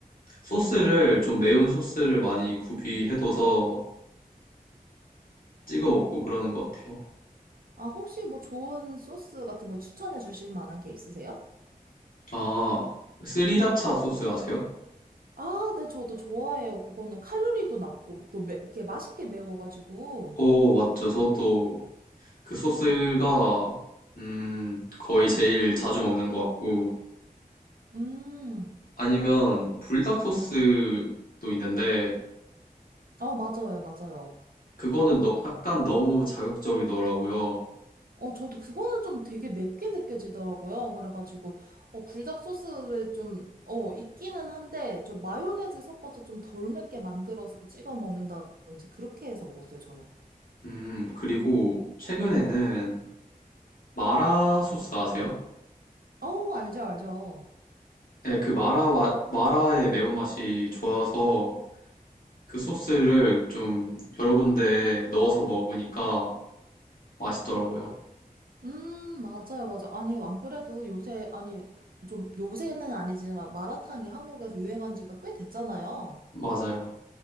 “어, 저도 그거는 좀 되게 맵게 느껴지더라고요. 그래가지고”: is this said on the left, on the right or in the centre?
Right